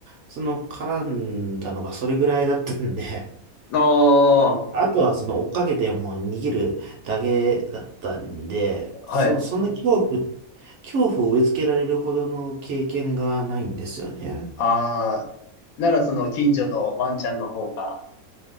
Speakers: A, on the right; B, on the left.
A: その絡んだのがそれぐらいだったんで、
B: ああ、
A: <laughs> あとはその追っかけてもう逃げるだけだったんで、
B: はい。
A: そ、そんな恐怖、恐怖を植え付けられるほどの経験がないんですよね。
B: ああ、ならその近所のワンちゃんの方が、